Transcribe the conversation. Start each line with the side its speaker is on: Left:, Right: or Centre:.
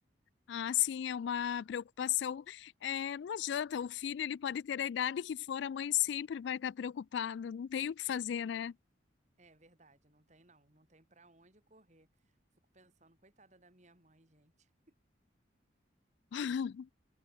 Left: Ah, sim, é uma preocupação. É, não adianta, o filho ele pode ter a idade que for, a mãe sempre vai estar preocupada, não tem o que fazer, né?
Right: É verdade, não tem não, não tem pra onde correr. Fico pensando, coitada da minha mãe, gente,
Left: <laughs>